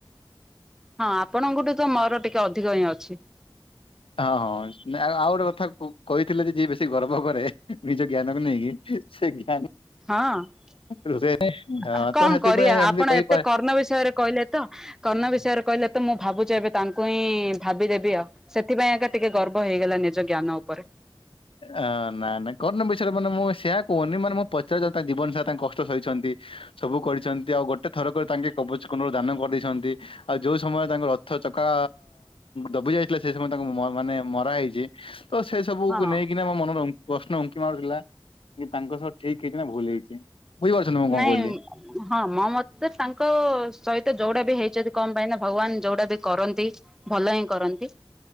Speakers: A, in the centre; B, on the left.
A: ହଁ ଆପଣଙ୍କଠୁ ତ ମୋର ଟିକେ ଅଧିକ ହିଁ ଅଛି।
B: ହଁ ହଁ ଆଉ ଗୋଟେ କଥା କହିଥିଲେ ଯେ, ଯିଏ ବେଶୀ ଗର୍ବ କରେ ନିଜ ଜ୍ଞାନକୁ ନେଇକି ସେ ଜ୍ଞାନ
A: ହଁ
B: ରୁହେ ହଁ, ତ
A: କଣ
B: ସେଥିପାଇଁ
A: କରିବା ଆପଣ
B: ଏମିତି କହିପାରେ
A: ଏତେ କର୍ଣ୍ଣ ବିଷୟରେ କହିଲେ ତ କର୍ଣ୍ଣ ବିଷୟରେ କହିଲେ ତ ମୁଁ ଭାବୁଛି ଏବେ ତାଙ୍କୁ ହିଁ ଭାବିଦେବି ଆଉ ସେ ସେଥିପାଇଁ ଆକା ଟିକେ ଗର୍ବ ହେଇଗଲା ନିଜ ଜ୍ଞାନ ଉପରେ।
B: ଅ ନା ନା କର୍ଣ୍ଣ ବିଷୟରେ ମାନେ ମୁଁ ସେଆ କହୁନି ମାନେ ମୁଁ ପଚାରିବା ତା ଜୀବନ ସାରା ତାଙ୍କ କଷ୍ଟ ସହିଛନ୍ତି। ସବୁ କରିଛନ୍ତି ଆଉ ଗୋଟେ ଥର କରେ ତାଙ୍କେ କବଚ କୋଣ୍ଡଳ ଦାନ କରିଦେଇଛନ୍ତି ଆଉ ଯୋଉ ସମୟରେ ତାଙ୍କ ରଥ ଚକା ଦବି ଯାଇଥିଲା ସେ ସମୟ ତାଙ୍କୁ ମାନେ ମରା ହେଇଛି ତ ସେ ସବୁକୁ
A: ହଁ
B: ନେଇକିନା ମୋ ମନର ପ୍ରଶ୍ନ ଉଙ୍କି ମାରୁଥିଲା କି ତାଙ୍କ ସହ ଠିକ ହେଇଛି ନା ଭୁଲ ହେଇଛି, ବୁଝିପାରୁଛନ୍ତି ମୁଁ କଣ
A: ନାଇଁ
B: କହିଲି?
A: ହଁ ମୋ ମତେ ତାଙ୍କ ସହିତ ଯୋଉଟା ବି ହେଇଛନ୍ତି କଣ ପାଇଁ ନା ଭଗବାନ ଯୋଉଟା ବି କରନ୍ତି ଭଲ ହିଁ କରନ୍ତି